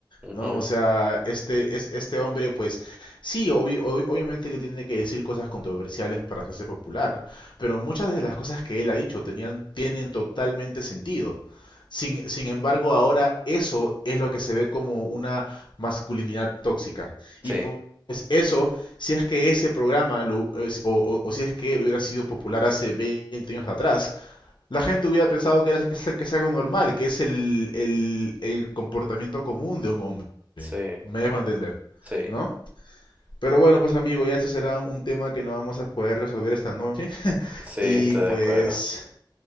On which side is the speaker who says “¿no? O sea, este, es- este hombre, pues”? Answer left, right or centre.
Left